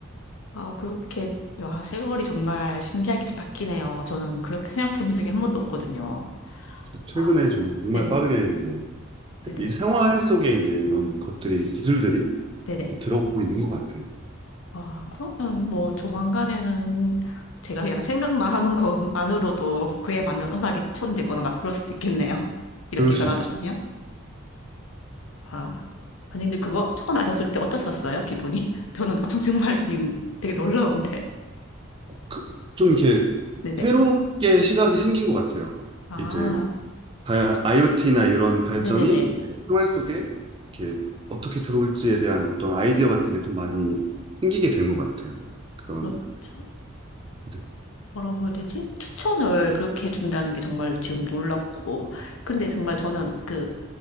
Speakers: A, on the left; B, on the right.
A: 아, 그렇게, 와, 세월이 정말 신기하게 바뀌네요. 저는 그렇게 생각해 본 적이 한 번도 없거든요.
B: 최근에
A: 와,
B: 좀 정말
A: 네네.
B: 빠르게 이제
A: 네네.
B: 이 생활 속에 이제 이런 것들이 기술들이
A: 네네.
B: 이제 들어오고 있는 것 같아요.
A: 와, 그러면 뭐 조만간에는 제가 그냥 생각만 하는 것만으로도 <laughs> 그에 맞는 음악이 추천되거나 막 그럴 수도 있겠네요. 이렇게
B: 그럴
A: 변하다
B: 수 있죠.
A: 보면. 아, 아니, 근데 그거 처음 아셨을 때 어떠셨어요? 기분이? <laughs> 저는 엄청 정말 지금 되게 놀라운데.
B: 그- 좀 이렇게
A: 네네.
B: 새롭게 시각이 생긴 것 같아요.
A: 아,
B: 이제 다- IoT나 이런 발전이
A: 네네네.
B: 이제 생활 속에 이렇게 어떻게 들어올지에 대한 어떤 아이디어 같은 게 좀 많이 생기게 된 것 같아요. 그런
A: 그렇죠.
B: 네.
A: 뭐라고 해야 되지? 추천을 그렇게 해준다는 게 정말 지금 놀랍고. 근데 정말 저는 그,